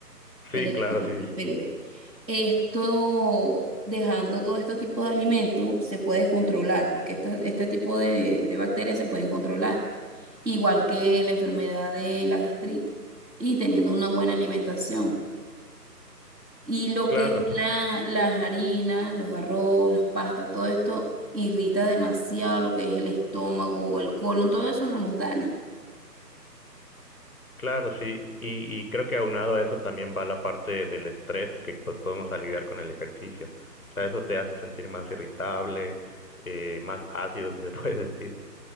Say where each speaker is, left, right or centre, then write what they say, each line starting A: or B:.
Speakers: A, on the right; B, on the left.
A: el
B: Sí,
A: Helicobacter
B: claro, sí,
A: pylori. Esto, dejando todo este tipo de alimentos, se puede controlar porque este, este tipo de, de bacterias se pueden controlar, igual que la enfermedad de la gastritis y teniendo una buena alimentación. Y lo
B: claro.
A: que es la, las harinas, los arroz, las pastas, todo esto irrita demasiado lo que es el estómago, el colon, todo eso nos los daña.
B: Claro, sí, y, y creo que aunado a eso también va la parte del estrés que pues podemos aliviar con el ejercicio. O sea, eso te hace sentir más irritable, eh, más ácido, si se <laughs> puede decir.